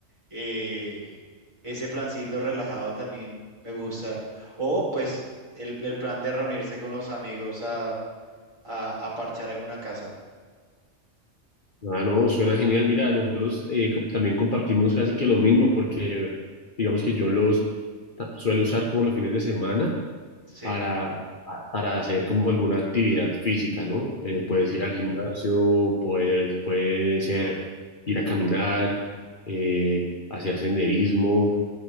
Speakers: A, on the right; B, on the left.
A: eh, ese plancito relajado también me gusta. O pues el, el plan de reunirse con los amigos a, a, a parchar en una casa.
B: Ah, no, suena genial. Mira, nosotros eh, co- también compartimos casi que lo mismo porque digamos que yo los ta- suelo usar como los fines de semana
A: Sí.
B: para, para hacer como alguna actividad física, ¿no? Eh, puedes
A: ujú.
B: ir al gimnasio, puedes, puede ser ir a caminar, eh, hacer senderismo.